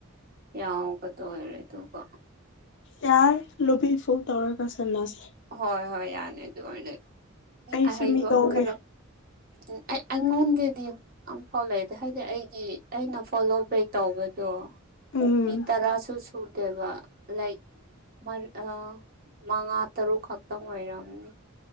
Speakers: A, on the right; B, on the left.
A: ꯌꯥꯎꯒꯇꯣꯢꯔꯦ ꯑꯗꯨꯒ
B: ꯌꯥꯔꯦ ꯂꯣꯕꯤ ꯐꯨꯜ ꯇꯧꯔꯒ ꯁꯥꯟꯅꯁꯦ
A: ꯍꯣꯏ ꯍꯣꯏ ꯌꯥꯅꯤ ꯑꯗꯨ ꯑꯣꯏꯔꯗꯤ
B: ꯑꯩꯁꯨ
A: ꯑꯍꯩꯕ
B: ꯃꯤ ꯀꯧꯒꯦ
A: ꯈꯔ ꯎ ꯑꯩ ꯑꯩꯉꯣꯟꯗꯗꯤ ꯑꯝꯐꯥꯎ ꯂꯩꯇꯦ ꯍꯥꯏꯗꯤ ꯑꯩ ꯀꯤ ꯑꯩꯅ ꯐꯣꯂꯣ ꯕꯦꯛ ꯇꯧꯕꯗꯣ
B: ꯎꯝ
A: ꯃꯤ ꯇꯔꯥꯁꯨ ꯁꯨꯗꯦꯕ ꯂꯥꯏꯛ ꯋꯥꯟ ꯑ ꯃꯉꯥ ꯇꯔꯨꯛ ꯈꯛꯇꯪ ꯑꯣꯏꯔꯝꯅꯤ